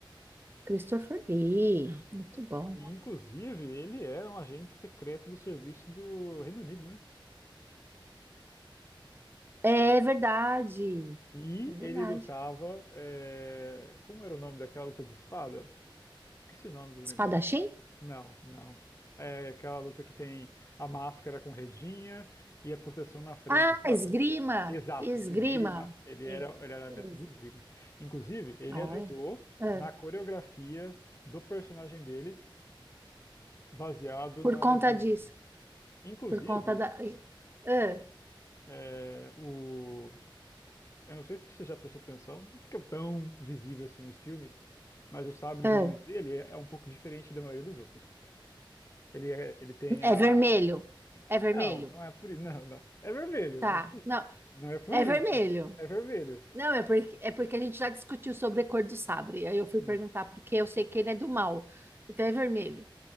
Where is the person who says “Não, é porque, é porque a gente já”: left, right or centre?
Right